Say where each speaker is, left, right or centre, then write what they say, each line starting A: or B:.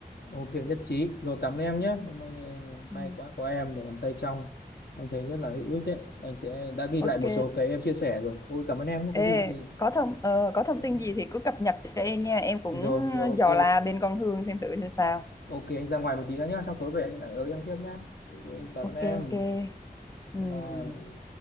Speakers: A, on the left; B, on the left.
A: Ok nhất trí rồi cảm ơn em nhé may,
B: Ừ.
A: may quá có em để làm tay trong anh thấy rất là hữu ích đấy anh sẽ đã ghi
B: ok
A: lại một số cái em chia sẻ rồi ôi cảm ơn em nhé
B: ê
A: có gì thì
B: có thông ờ, có thông
A: ờ,
B: tin gì thì cứ cập nhật cho em nha em cũng
A: rồi rồi
B: ờ,
A: ok
B: dò la bên con Hương xem thử xem sao
A: ok anh ra ngoài một tí nữa nhá sau tối về anh lại ở em tiếp nhá Ok, cảm ơn
B: ok
A: em
B: ok ừ
A: bye bye